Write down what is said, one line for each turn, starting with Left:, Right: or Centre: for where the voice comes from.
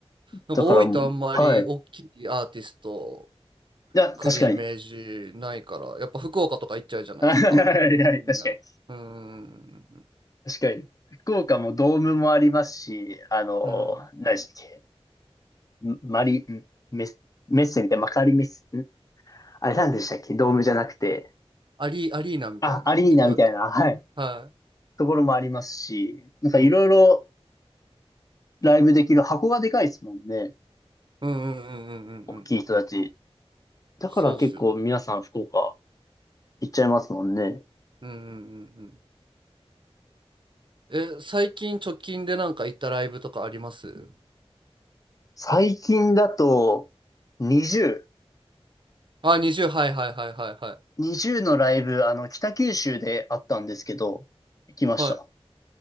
Right: なんか大分あんまり大きいアーティスト
Left: だからもう、はい。いや、
Right: 来るイメー
Left: 確かに。
Right: ジないから、やっぱ福岡とか行っちゃうじゃないですか。
Left: <laughs> はいはいはい、
Right: みんな。
Left: 確かに。
Right: うーん。
Left: 確かに。福岡もドームもありますし、あの、
Right: うん。
Left: 何でしたっけ。マリ、んメス、メッセみたいな、マカリメッセ、んあれなんでしたっけドームじゃなくて。
Right: アリ、アリーナみたいな。
Left: あ、アリーナみたいな、
Right: 違うっけ
Left: はい。
Right: は
Left: ところもありますし、なんかいろいろ
Right: い。うん。
Left: ライブできる箱がでかいですもんね。
Right: うんうんうんうんうんうんうんうんうん。
Left: 大きい人たち。だから結構皆さん福岡
Right: そうっすよね。
Left: 行っちゃいますもんね。
Right: うんうんうんうん。え、最近直近でなんか行ったライブとかあります
Left: 最近だと20、
Right: あ、20、はいはいはいはいはい。
Left: 20のライブ、あの、北九州であったんですけど、行きました。
Right: はい。